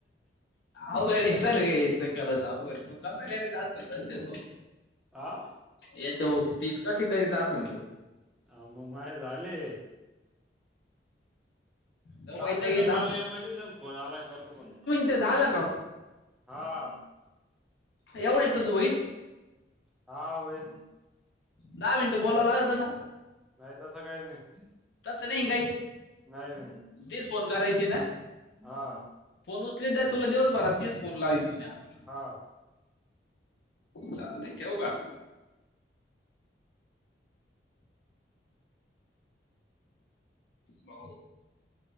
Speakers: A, in the centre; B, on the left.
A: चालतयच
B: अवघड बरगेत. ते करत आहोत, तू काचा घरी <unintelligible> दर्शन भाऊ.
A: आं.
B: याच्यावर पीस कसे करीत असन तो.
A: अ म माझे झाले.
B: लय
A: चालतय
B: वैताग येत
A: चल
B: असेल
A: मला एमआयडीसी मधन फोन आलाय करतो फोन तुला.
B: ते झालं काम.
A: हा.
B: एवढ्यात तुझं होईन.
A: हा होईन
B: दहा मिनटं बोलावं लागत ना.
A: नाही तसं काही नाही.
B: तसं नाही काही.
A: नाय नाय.
B: तीस फोन करायचे ना.
A: हा.
B: फोन उचलीत जा तुला दिवसभरात तीस फोन लावीतो मी आता.
A: हा.
B: चालतय ठेऊ का? <inaudible> भाऊ.